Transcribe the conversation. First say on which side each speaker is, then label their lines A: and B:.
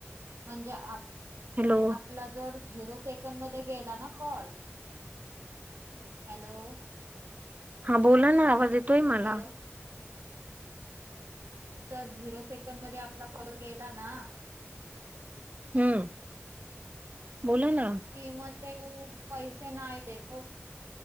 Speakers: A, on the right (about 70°); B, on the right (about 30°).
A: म्हणजे आप
B: हॅलो!
A: आपलां जरं झेरो सेकंड मध्यें.. गेलां नां कॉल हॅलो!
B: हां बोलां नां आवांज येतोय मलां.
A: हॅलो तरं झिरो सेकंद मध्यें आपलां कॉल गेलां नां..
B: हम्मं बोलां नां.
A: किंमते मध्यें पैसे नाहीं देतो.